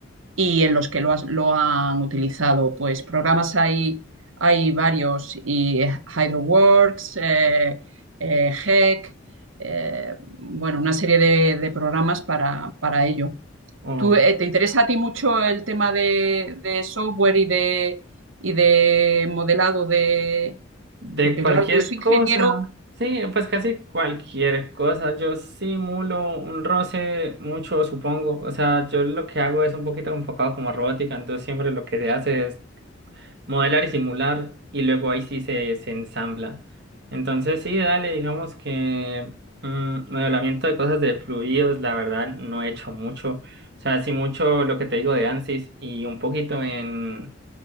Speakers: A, on the right; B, on the right.
A: y en los que lo, has- lo han utilizado. Pues programas hay, hay varios, y eh, HydroWorks, eh, eh, Heck, eh, bueno, una serie de, de programas para, para ello.
B: O
A: ¿Tú, eh, te interesa a ti mucho el tema de, de software y de, y de modelado de...
B: de
A: Porque
B: cualquier
A: claro, tú eres ingeniero,
B: cosa.
A: o
B: Sí, pues casi cualquier cosa. Yo simulo un roce mucho, supongo. O sea, yo lo que hago es un poquito enfocado como robótica, entonces siempre lo que se hace es modelar y simular y luego ahí sí se, se ensambla. Entonces sí, dale, digamos que mm, modelamiento de cosas de fluidos, la verdad, no he hecho mucho. O sea, sí mucho lo que te digo de ANSYS y un poquito en...